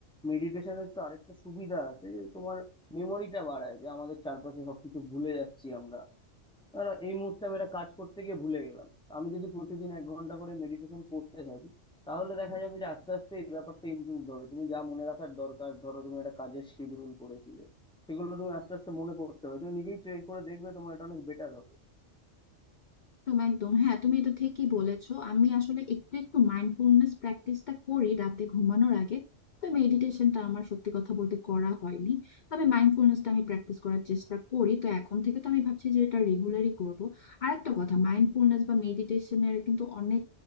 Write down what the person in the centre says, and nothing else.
মেডিটেশনের তো আরেকটা সুবিধা আছে যে তোমার মেমোরিটা বাড়ায় যে আমাদের চারপাশে সবকিছু ভুলে যাচ্ছি আমরা আর এই মুহূর্তে আমি একটা কাজ করতে গিয়ে ভুলে গেলাম আমি যদি প্রতিদিন এক ঘন্টা করে মেডিটেশন করতে থাকি তাহলে দেখা যাবে যে আস্তে আস্তে এই ব্যাপারটা ইমপ্রুভ হবে তুমি যা মনে রাখার দরকার ধরো তুমি একটা কাজের শিডিউল করেছিলে সেগুলো তুমি আস্তে আস্তে মনে করতে হবে তুমি নিজেই ট্রাই করে দেখবে তোমার এটা অনেক বেটার হবে